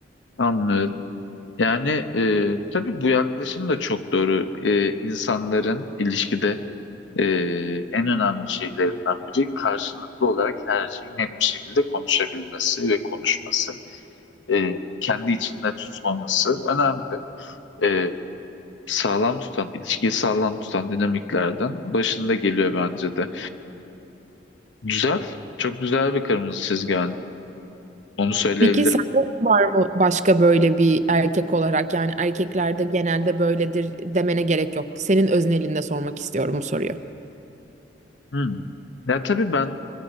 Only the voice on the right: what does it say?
Peki sende var mı başka böyle bir erkek olarak yani erkeklerde genelde böyledir demene gerek yok. Senin öznelinde sormak istiyorum bu soruyu.